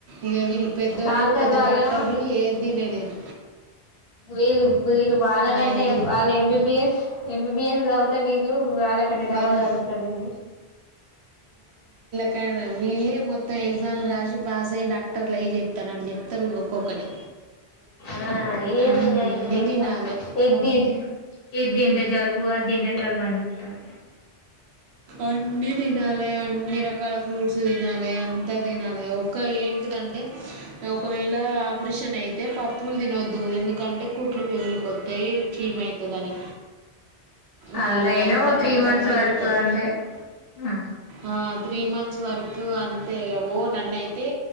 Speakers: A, on the right; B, on the left.
A: ఇగా వీళ్ళు పెద్దోళ్ళు
B: డాక్టర్
A: పెద్ద
B: వాళ్ళేమో
A: డాక్టర్ ఏద్ దినేనార్
B: వీళ్ళ వీళ్ళు వాళ్ళకంటే
A: హెల్దీ
B: వాళ్ళ ఎంబీబిఎస్ ఎంబీబిఎస్ జాద్వితే వీళ్ళు వాళ్ళకంటే డబ్బల్
A: వాళ్ళు
B: జాదుర్తర్ ఇళ్ళు
A: కానా వీళ్ళే మొత్తం ఎగ్జామ్లు రాజి పాస్ అయ్ డాక్టర్లు అయ్ జెప్తానాట్ జెప్తారు ఇగా ఒక్కొక్కటి
B: ఆ ఏం
A: అన్నీ
B: దినయిట్లే ఇంకా
A: తినాలి
B: ఏదింటే ఏదింటే జలబు అద్ దింటే జల్బ్ ఆన్ జెప్తార్
A: అన్ని దినాలే అన్ని రకాల ఫ్రూట్స్ దినాలే అంతా దినాలే ఒక యెన్ గంటే ఒకవేళ ఆపరేషన్ అయితే పప్ పుల్ తినొద్దు. ఎందుకంటే కుట్లు పేగుల్క్ ఓతాయి చీమ్ అయితదని ఈ
B: అదైనా
A: యంతా
B: ఓ త్రీ
A: కథ
B: మంత్స్
A: ఏ
B: వరకు
A: యేప్తారు.
B: అంతే ఆ
A: ఆ త్రీ మన్స్ వర్తు అంతే ఓ ననైతే